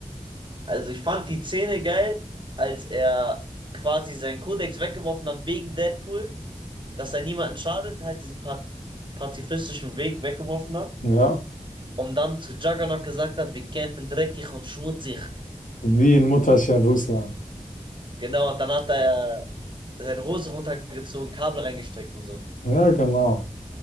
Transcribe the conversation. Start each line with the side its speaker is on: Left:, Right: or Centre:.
Right: Also ich fand die Szene geil, als er quasi seinen Kodex weggeworfen hat wegen Deadpool, dass er niemanden schadet, halt diesen pa pazifistischen Weg weggeworfen hat
Left: Ja.
Right: und dann zu Juggernaut gesagt hat, wir kämpfen dreckig und schmutzig.
Left: Wie in Mutterchen Russland.
Right: Genau, und dann hat er seine Hose runtergezogen, Kabel reingesteckt und so.
Left: Ja, genau.